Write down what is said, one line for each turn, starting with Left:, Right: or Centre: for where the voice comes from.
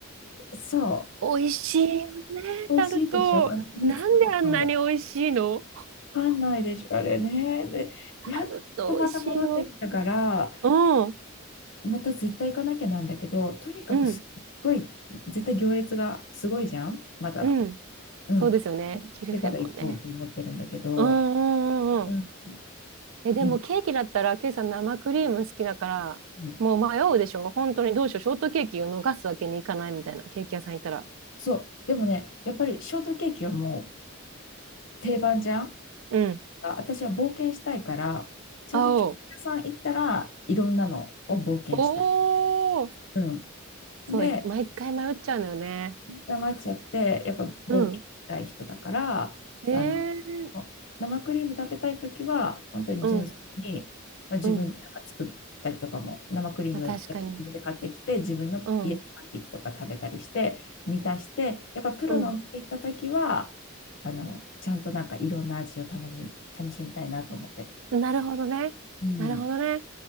Left: そ
Right: 美味しいよね、
Left: う。美味しいでしょあのフルーツタルト。
Right: タルト。なんであんなに美味しいの
Left: わかんないでしょあれね。で、やっとまた戻ってきたから、
Right: タルト美味しいよ。うん、
Left: また絶対行かなきゃなんだけど、とにかくすっごい、
Right: うん、
Left: 絶対行列がすごいじゃんまだ
Right: うん。
Left: うん。
Right: そうですよね。キルフェボンね。
Left: でから行こうと思ってるんだけど、
Right: うんうんうんうん。
Left: うん。
Right: え、でもケーキだったら、
Left: 今。
Right: ケイさん生クリーム好きだから、
Left: うん
Right: もう迷うでしょ本当にどうしよう。ショートケーキを逃すわけにいかないみたいな。ケーキ屋さん行ったら。
Left: そう。でもね、やっぱりショートケーキはもう定番じゃん。
Right: うん。
Left: あ私は冒険したいから、ちゃんとケーキ屋さん行ったらいろんなのを冒険したい。
Right: 青。おお。
Left: うん。
Right: そう、
Left: で、
Right: 毎回迷っちゃうのよね。
Left: ダマルチアってやっぱ冒険したい人だからあの
Right: うん。えー、
Left: 生クリーム食べたい時は本当に純粋に、
Right: うん。
Left: まあ、自分でなんか作ったりとかも生クリーム自分で買ってきて自分の家でパンケーキとか食べたりして満たしてやっぱプロのお店行った時は
Right: うん。まあ確かに。うん。うん。
Left: あのちゃんとなんかいろんな味を楽しみ楽しみたいなと思ってる。
Right: なるほどね。
Left: うん
Right: なるほどね。